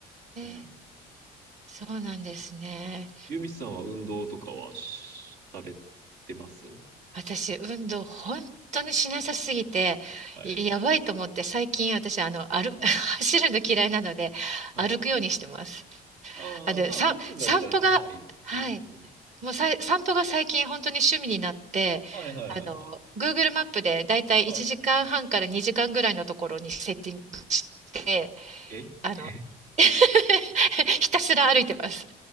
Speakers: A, on the right; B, on the right.
A: うん。
B: ー、そうなんですね。
A: ユミさんは運動とかはしされてます
B: 私、運動本当にしなさすぎて、
A: はい。
B: いやばいと思って、最近私、あの、歩、<laughs> 走るの嫌いなので、
A: はい。
B: 歩くようにしてます。
A: ああ、
B: あの、
A: まあ、
B: さ、
A: 歩くんだったらね、
B: 散歩が、
A: はい、いいですね。
B: はい
A: うん
B: もうさい、散歩が最近本当に趣味になって、
A: はいはいはいはい。
B: あの、Google マップでだいたい1時間半から2時間ぐらいのところにセッティングして、
A: はい。え
B: あの、
A: <laughs>
B: <laughs> ひたすら歩いてます。